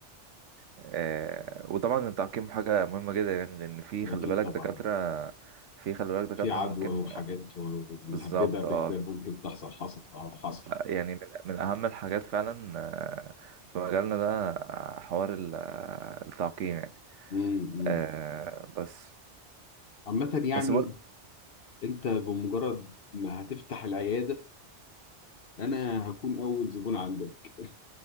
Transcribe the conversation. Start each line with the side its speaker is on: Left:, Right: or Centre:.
Right: آه وطبعا التعقيم حاجة مهمة جدا يعني لأن في خلي
Left: اكيد
Right: بالك
Left: طبعا
Right: دكاترة في خلي بالك دكاترة
Left: في عدوى
Right: ممكن
Left: وحاجات مهببه
Right: بالظبط
Left: بهباب
Right: اه ف-
Left: ممكن تحصل حصل اه حصل
Right: يعني من, من أهم الحاجات فعلا آه، في مجالنا ده آه، حوار ال- آه، التعقيم يعني
Left: امم
Right: آه بس
Left: عامة يعني
Right: بس بقول
Left: انت بمجرد ما هتفتح العياده انا هكون اول زبون عندك